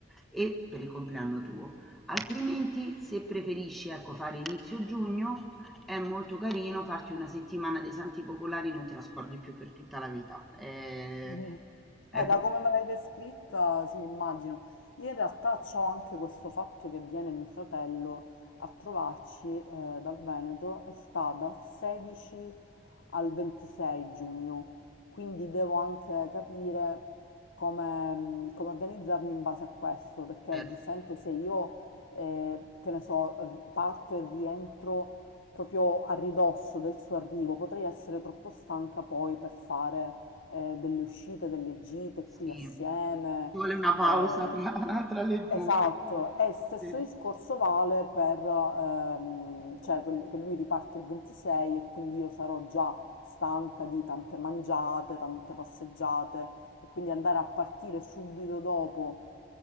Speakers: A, in the centre; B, on the left.
A: e per il compleanno tuo. Altrimenti, se preferisci ecco fare inizio giugno, è molto carino farti una settimana dei Santi Popolari, non te la scordi più per tutta la vita. È,
B: Mhm.
A: è
B: Eh,
A: proprio
B: da come me l'hai descritta, sì, immagino. Io in realtà ho anche questo fatto che viene mio fratello a trovarci eh, dal Veneto e sta dal 16 al 26 giugno, quindi devo anche capire come, mh, come organizzarmi in base a questo, perché
A: certo.
B: giustamente se io, eh, che ne so, r- parto e rientro proprio a ridosso del suo arrivo, potrei essere troppo stanca poi per fare eh, delle uscite, delle gite
A: Sì,
B: qui assieme.
A: ci vuole una pausa
B: eh,
A: tra, <laughs> tra le
B: esatto,
A: due.
B: e stesso
A: Sì.
B: discorso vale per, ehm, cioè, quel- che lui riparte il 26 e quindi io sarò già stanca di tante mangiate, tante passeggiate e quindi andare a partire subito dopo